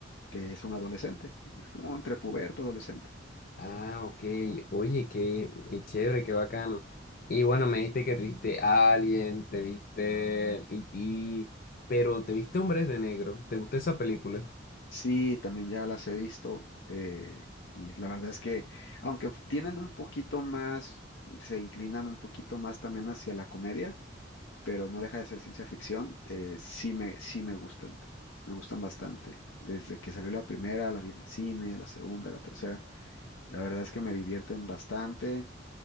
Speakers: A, on the left; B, on the left.
A: que es un adolescente. Es como entre puberto, adolescente.
B: Ah, ok. Oye, qué, qué chévere, qué bacano. Y bueno, me dijiste que te viste Alien, te viste E.T., pero te viste Hombres de Negro. ¿Te gustó esa película?
A: Sí, también ya las he visto eh, y la verdad es que aunque f- tienen un poquito más, se inclinan un poquito más también hacia la comedia, pero no deja de ser ciencia ficción, eh, sí me, sí me gustan, me gustan bastante. Desde que salió la primera, la vi en el cine, la segunda, la tercera, la verdad es que me divierten bastante